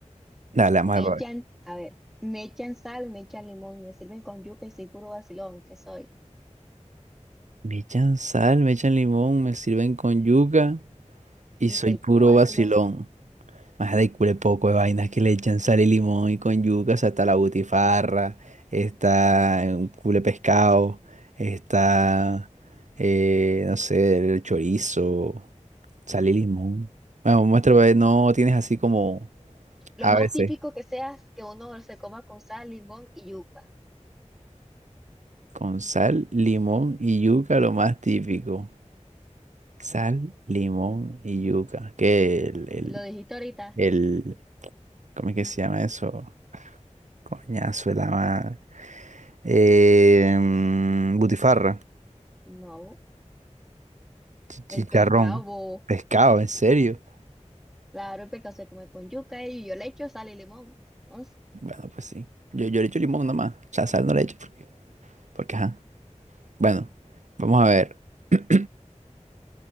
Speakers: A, on the right; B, in the centre.
A: Dale, vamos
B: Me
A: a ver.
B: echan, a ver, me echan sal, me echan limón, me sirven con yuca y soy puro vacilón, que soy?
A: Me echan sal, me echan limón, me sirven con yuca y
B: Y
A: soy
B: soy
A: puro
B: puro vacilón.
A: vacilón. Más de cule poco de vainas que le echan sal y limón y con yuca, o sea, está la butifarra, está un cule pescado, está, eh, no sé, el chorizo, sal y limón. Bueno, muestra, pues, no tienes así como
B: Lo
A: a
B: más
A: veces.
B: típico que sea es que uno se coma con sal, limón y yuca.
A: Con sal, limón y yuca, lo más típico. Sal, limón y yuca. Que el, el,
B: ¿Lo dijiste ahorita?
A: el, ¿cómo es que se llama eso? Coñazo, el ama. Eh, mm, butifarra,
B: No,
A: chi- chicharrón,
B: el pescado, bo.
A: pescado, ¿en serio?
B: Claro, el pescado se come con yuca y yo le echo sal y limón. Entonces,
A: Bueno, pues sí. Yo, yo le echo limón nomás. O sea, sal no le echo porque, porque ajá. Bueno, vamos a ver. <clears throat>